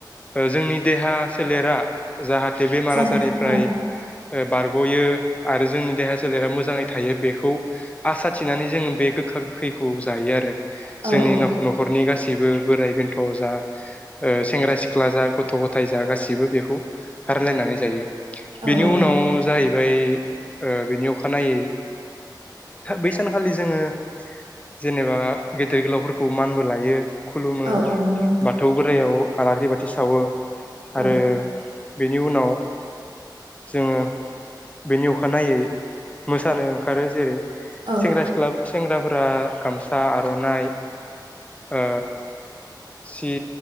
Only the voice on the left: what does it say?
ओ जोंनि देहा सोलेरा जाहा थे बेमार
आजारनिफ्राय
ओ बारग'यो आरो जोंनि देहा सोलेरा मोजाङै थायो बेखौ आसाथिनानै जोङो बे गोखा-गोखैखौ जायो आरो
जोंनि
न'-न'खरनि गासैबो बिबो बोराइ-बेन्थ' जा ओ सेंग्रा-सिख्ला जा गथ'-गथाय जा गासिबो बेखौ रानलायनानै जायो। बेनि
उनाव
जाहैबाय ओ बिनि अखानायै बै सानखालि जोङो जेनेबा गेदेर-गोलावफोरखौ मानबो लायो। खुलुमो
बाथौ बोराइयाव आलारि बाथि सावो। आरो
बेनि उनाव जोङो बेनि अखानायै मोसानो ओंखारो जेरै-
सेंग्रा सिख्लाफोर सेंग्राफोरा गामसा आरो आर'नाइ ओ सि